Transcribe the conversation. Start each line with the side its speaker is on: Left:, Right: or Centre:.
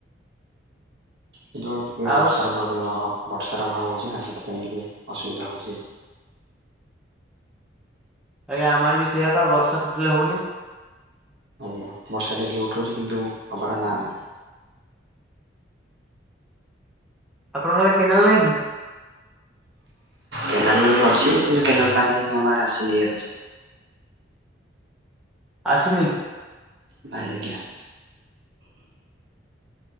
Right: କିନ୍ତୁ ଟିକେ
Centre: ଆଉ
Right: ବର୍ଷାର ପ୍ରୋବ୍ଲେମ ହବ। ବର୍ଷାର ଅଭାବ ହଉଛିନା ସେଥିପାଇଁ ଟିକେ ଅସୁବିଧା ହଉଛି।
Centre: ଆଜ୍ଞା ଆମର ବି ସେଇଆପା ବର୍ଷା ଟୋଟାଲ ହଉନି।
Right: ଆଜ୍ଞା ବର୍ଷା ଦେଖଲି ଉଠଉଛି କିନ୍ତୁ ହବାର ନା ନାହିଁ।
Centre: ଆପଣଙ୍କର କେନାଲ ନାଇଁ କି?
Right: କେନାଲ ଅଛି କିନ୍ତୁ କେନାଲ ପାଣି ଆମର ଆସିନ ଏବେ ଯାଏଁ।
Centre: ଆସିନି।
Right: ନାଇଁ ଆଜ୍ଞା।